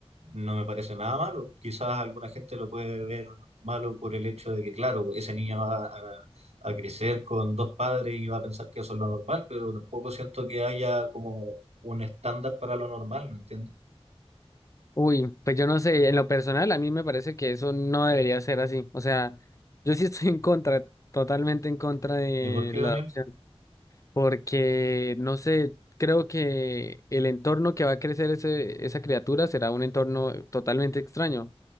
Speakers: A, on the right; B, on the left.
A: no me parece nada malo. Quizás alguna gente lo puede ver malo por el hecho de que, claro, ese niño va a, a crecer con dos padres y va a pensar que eso es lo normal, pero tampoco siento que haya como un estándar para lo normal, ¿me entiendes?
B: Uy, pues yo no sé, en lo personal a mí me parece que eso no debería ser así. O sea, yo sí estoy en contra, totalmente en contra de
A: ¿Y por qué,
B: la
A: Daniel?
B: adopción. porque no sé, creo que el entorno que va a crecer ese, esa criatura será un entorno totalmente extraño,